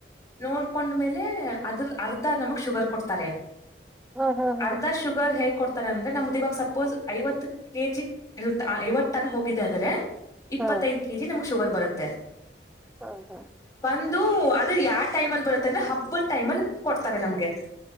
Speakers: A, on the left; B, in the centre.
A: ನೋಡ್ಕೊಂಡ್ಮೇಲೆ ಅದ್ರ ಅರ್ಧ ನಮಗ್ ಶುಗರ್ ಕೊಡ್ತಾರೆ
B: ಹಾ ಹಾ ಹಾ
A: ಅರ್ಧ ಶುಗರ್ ಹೇಗ್ ಕೊಡ್ತ ತರ ಅಂದ್ರೆ ನಮ್ದ ಇವಾಗ ಸಪೋಸ್ ಐವತ್ತು ಕೆ ಜಿ ಐವತ್ತು ಟನ್ ಹೋಗಿದೆ ಅಂದ್ರೆ ಇಪ್ಪತ್ತೈದು
B: ಹಾ
A: ಕೆ ಜಿ ನಮ್ಗ್ ಶುಗರ್ ಬರುತ್ತೆ
B: ಹ ಹಾ
A: ಬಂದು ಅದು ಯಾವ ಟೈಮ ಅಲ್ಲಿ ಬರುತ್ತೆ ಅಂದ್ರೆ ಹಬ್ಬದ ಟೈಮಲ್ಲಿ ಕೊಡ್ತಾರೆ ನಮ್ಗೆ